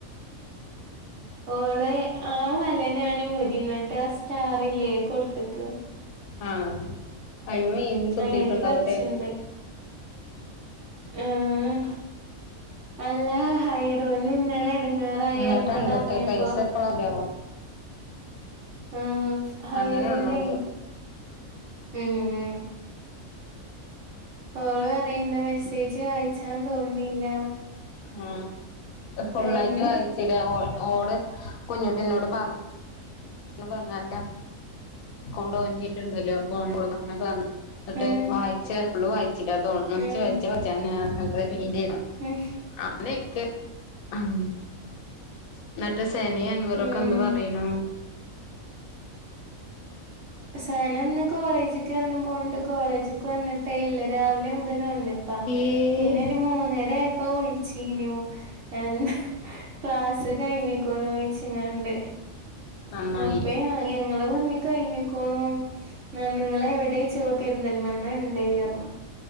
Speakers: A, on the right (about 65°); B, on the left (about 75°).
A: ഓള് ആ മല ഞാൻ ഉരിന്നിട്ട് ആ സ്റ്റാറല്ലേ കൊടുത്തക്ക്
B: ആ അയ കുത്തിട്ടുണ്ടാവുല്ലേ
A: അയിനായിട്ട് കളിച്ചിണ്ട് ആഹ് അല്ല ഹൈറൂന് ഇന്നലെ എടങ്ങേറായി
B: നട്ടണ്ടക്ക
A: പറഞ്ഞത് അറിഞ്ഞപ്പോ
B: കൈസ പാല <inaudible> വ
A: ഉം ഹൈറൂനെ
B: അങ്ങനെയാണോ ഓക്ക്
A: ഉം ഓള് പറയ്ന്ന മെസ്സേജ് വായിച്ചാ തോന്നില്ല
B: ആ ഫുള്ളായിട്ട്
A: അയന്നെ
B: വായിച്ചല്ല ഓ ഓള് കുഞ്ഞുട്ടിന്നോട് പർ പറഞ്ഞ എന്റെ അക്കൗണ്ട് ഓൻറ്റിട്ടുണ്ടല്ലോ അപ്പൊ ഓൻ കൊടുക്കുന്നപറ എന്നിട്ട്
A: ഉം
B: വായിച്ച ഫുള് വായിച്ചില്ലതോ
A: ഉം
B: തോന്ന്ണ് <unintelligible> മീനെ
A: ഉം
B: അന്നക്ക <inaudible> ഉം എന്നട്ട് സേന അൻവറിക്കെ
A: ഉം
B: എന്ത് പറയ്ണു
A: സേന ഇന്ന് കോളേജിൽക്ക എന്നും പോണ്ട് കോളേജക്ക് വന്നിട്ടേ ഇല്ല രാവിലെ മുതലഓന്റെപ്പാ
B: ഏഹ്
A: പിന്നെ ഒരു മൂന്നേര ആ ഇപ്പൊ വിളിച്ചീനു എന്താ ക്ലാസ്സ് കഴനിക്കണ വച്ചിങ്ങണ്ട്
B: നന്നായി
A: അപ്പ ങ്ങള ഇന്നി കയ്ഞ്ഞിക്ക്ണോ നിങ്ങളെവിടെയ്ച്ചു പെരുന്തൽമണ്ണണ്ട് അർഞ്ഞു